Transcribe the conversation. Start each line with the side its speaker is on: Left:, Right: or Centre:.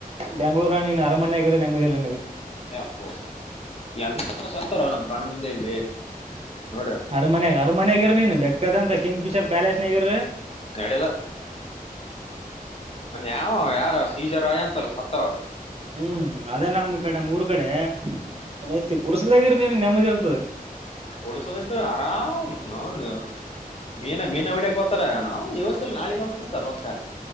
Right: ಬೆಂಗಳೂರುನಾ ನೀನ್ ಅರಮನೆಆಗಿರೋ ನೆಮ್ಮದಿ ಇಲ್ಲ ನಿನಗ
Left: ಅಪ್ಪೋ ಎಂತ ಸತ್ತಾರ ನಮ್ ಕಣ್ಣ ಮುಂದೆ ಇಲ್ಲಿ ನೋಡ್ರ
Right: ಅರಮನ್ಯಾಗ ಅರಮನ್ಯಗಿರಿ ನೀನ್ ಬೆಕ್ಕದಂತ ಕಿಂಗ್ ಫಿಶರ್ ಪ್ಯಾಲೇಸ್ನಗಿರರಿ
Left: ನಡೆಲ್ಲ ಮನ್ನೆ ಯಾವು ಯಾರ ಡಿಜಾರ್ ಆಯಂತಲ್ಲ ಸತ್ತವ
Right: ಹ್ಮ್ ಅದೇ ನಮ್ ಈ ಕಡೆ ನಮ್ಮ ಊರ್ ಕಡೆ <unintelligible> ಕುುಡ್ಸಲ್ದಾಗರ ನೀನ್ ನೆಮ್ಮದಿ ಇರ್ತದ
Left: ಗುಡಿಸಲ್ದಾಗ ಆರಾಮ್ ಅವನು ಮೀನ ಮೀನ ಹೊಡಿಯಕ ತಾರ ನಾವು ಇವತ್ತುಲ್ ನಾಳಿಗೆ ಗಳಸ್ಕತರ್ ರೊಕ್ಕ